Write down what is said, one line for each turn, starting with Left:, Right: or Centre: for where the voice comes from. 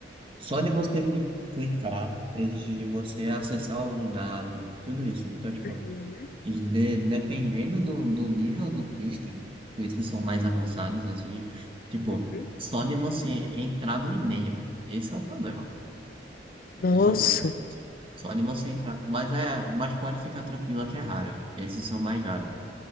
Right: só de você cli- clicar, exige de você acessar algum dado, tudo isso. Então, tipo,
Left: Uhum,
Right: E de- dependendo do, do nível do phishing, esses são mais avançados, assim, tipo,
Left: uhum.
Right: só de você entrar no e-mail, esse é o problema.
Left: Nossa.
Right: Esse é o problema. Só, só de você entrar, mas é, mas pode ficar tranquila que é rara. Esses são mais raros.